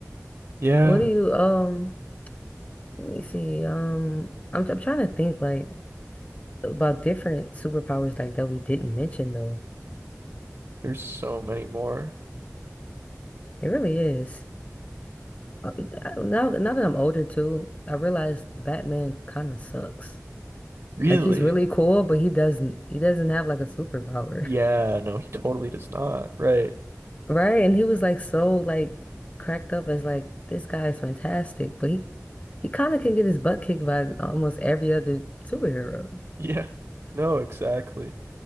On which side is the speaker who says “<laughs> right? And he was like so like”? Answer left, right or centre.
Left